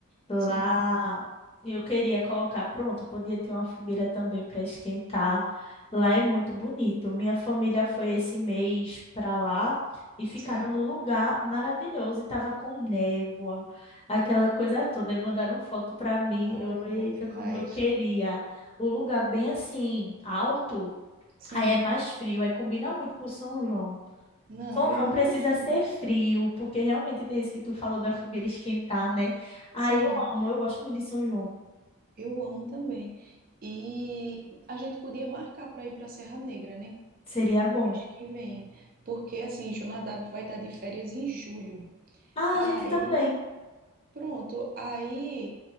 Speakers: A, on the left (about 25°); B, on the right (about 40°).
A: Lá
B: sim,
A: E eu queria colocar, pronto, podia ter uma fogueira também para esquentar. Lá é muito bonito. Minha família foi esse mês para lá e ficaram
B: sim.
A: num lugar maravilhoso e tava com névoa, aquela coisa toda. E mandaram foto para mim.
B: Ah,
A: Eu,
B: é
A: eita,
B: bom demais.
A: como eu queria. O lugar bem assim, alto,
B: Sim.
A: aí é mais frio, aí combina muito com São João.
B: Não,
A: São
B: eu
A: João
B: imagino.
A: precisa ser frio, porque realmente tem isso que tu falou da fogueira esquentar, né? Aí
B: Sim,
A: eu amo, eu gosto muito de São João.
B: eu amo também. E a gente podia marcar para ir para Serra Negra, né?
A: Seria bom.
B: Mês que vem, porque assim, Jonadab vai estar de férias em julho.
A: Ah,
B: Aí
A: a gente também
B: Pronto, aí